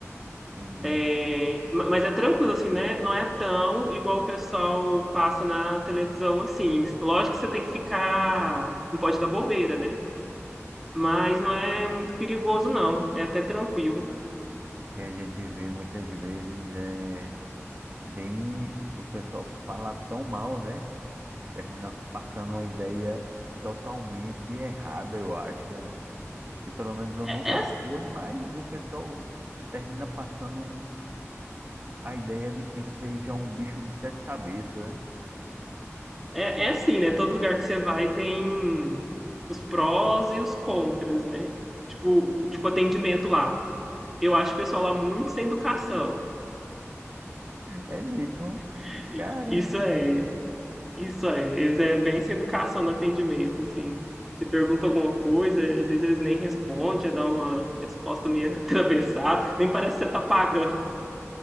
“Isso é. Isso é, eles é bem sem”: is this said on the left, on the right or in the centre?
Centre